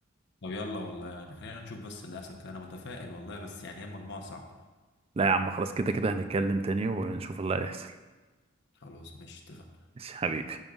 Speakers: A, on the left; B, on the right.
A: طب يلا والله يعني خلينا نشوف بس اللي هيحصل كده انا متفائل والله بس يعني هي مجموعه صعبه يعني.
B: لا يا عم خلاص كده كده هنتكلم تاني ونشوف اللي هيحصل
A: خلاص ماشي اتفقنا
B: ماشي حبيبي